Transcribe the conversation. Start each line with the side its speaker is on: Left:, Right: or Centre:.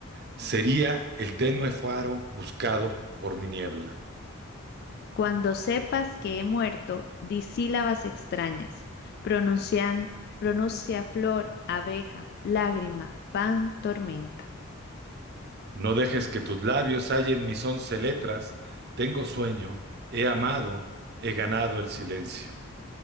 Right: sería el tenue faro buscado por mi niebla.
Left: Cuando sepas que he muerto, di sílabas extrañas. Pronuncian, pronuncia flor, abeja, lágrima, pan, tormenta.
Right: No dejes que tus labios hallen mis once letras. Tengo sueño, he amado, he ganado el silencio.